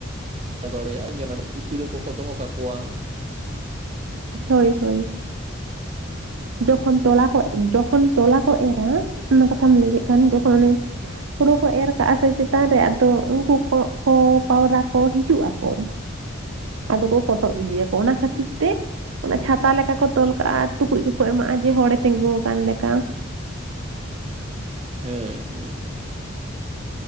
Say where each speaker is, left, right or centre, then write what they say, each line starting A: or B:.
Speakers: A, on the right; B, on the right.
A: <unintelligible> ᱫᱟᱲᱮᱭᱟᱜᱼᱟ ᱧᱮᱞᱟᱱ ᱯᱩᱛᱞᱟᱹ ᱠᱚᱠᱚ ᱫᱚᱦᱚ ᱠᱟᱠᱚᱣᱟ᱾
B: ᱦᱳᱭ ᱦᱳᱭ᱾ ᱡᱚᱠᱷᱚᱱ ᱛᱚᱞᱟ ᱠᱚ ᱡᱚᱠᱷᱚᱱ ᱛᱚᱞᱟ ᱠᱚ ᱮᱨᱟ ᱚᱱᱟ ᱠᱟᱛᱷᱟᱢ ᱞᱟᱹᱭ ᱠᱮᱫ ᱠᱷᱟᱱ ᱡᱚᱠᱷᱚᱱ ᱚᱱᱮ <unintelligible> ᱦᱳᱲᱳ ᱠᱚ ᱮᱨ ᱠᱟᱜᱼᱟ ᱥᱮ ᱪᱮᱛᱟᱱ ᱨᱮ, ᱟᱫᱚ ᱩᱱᱠᱩ ᱠᱚᱸᱜ ᱠᱚ, ᱯᱟᱣᱨᱟ ᱠᱚ, ᱦᱤᱡᱩᱜ ᱟᱠᱚ᱾ ᱟᱫᱚ ᱠᱚ ᱠᱚᱴᱚᱜ ᱤᱫᱤᱭᱟᱠᱚ᱾ ᱚᱱᱟ ᱠᱷᱟᱹᱛᱤᱨ ᱛᱮ ᱚᱱᱮ ᱪᱷᱟᱛᱟ ᱞᱮᱠᱟ ᱠᱚ ᱛᱚᱞ ᱠᱟᱜᱼᱟ, ᱴᱩᱠᱩᱡ ᱠᱚᱠᱚ ᱮᱢᱟᱜᱼᱟ, ᱡᱮ ᱦᱚᱲᱮ ᱛᱤᱸᱜᱩ ᱠᱟᱱ ᱞᱮᱠᱟ᱾
A: ᱦᱮᱸ ᱦᱮᱸ᱾